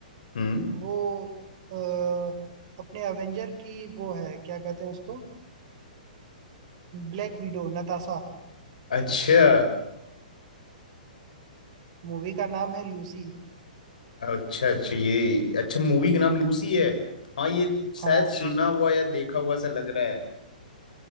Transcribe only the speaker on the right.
वो आ, अपने अवेंजर की वो है क्या कहते हैं उसको ब्लैक विडो नताशा
मूवी का नाम है लूसी
हाँ